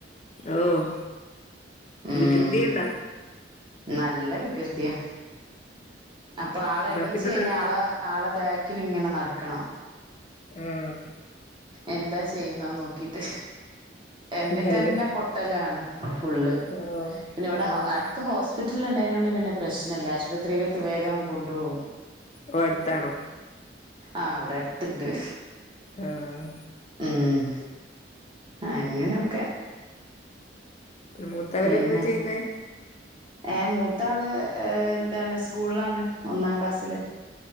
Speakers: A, on the left; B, on the right.
A: ഓഹ്
B: ഉം
A: വികൃതിയുണ്ട
B: നല്ല വികൃതിയാ അപ്പൊ ആള്
A: എന്നാ
B: എണീച്ച്
A: പിന്നെ
B: കഴിഞ്ഞാ
A: നല്ല
B: ആള് ആളെ ബാക്കിലിങ്ങനെ നടക്കണം
A: ഉം
B: എന്താ ചെയ്യുന്നെന്ന് നോക്കീട്ട് എന്നിട്ടെന്നെ
A: നല്ല
B: പൊട്ടലാണ് ഫുള്ള്
A: ആഹ്
B: പിന്നെ വ്ടെ
A: ആഹ്
B: അടുത്ത് ഹോസ് പിറ്റല് ഉണ്ടായിനോണ്ട് പിന്നെ പ്രശ്നല്ല ആശുപത്രിയിലേക്ക് വേഗം കൊണ്ട്പോവും.
A: ഓ അടുത്താണോ
B: ആഹ് വ്ടെടുത്ത്ണ്ട്
A: ആഹ്
B: ഉം അങ്ങനൊക്കെ
A: മൂത്തവനെന്താ
B: പിന്നെ
A: ചെയ്യുന്നേ
B: ഏഹ് മൂത്താള് ഏ താണ് സ്കൂൾലാണ് ഒന്നാം ക്ലാസ്സില്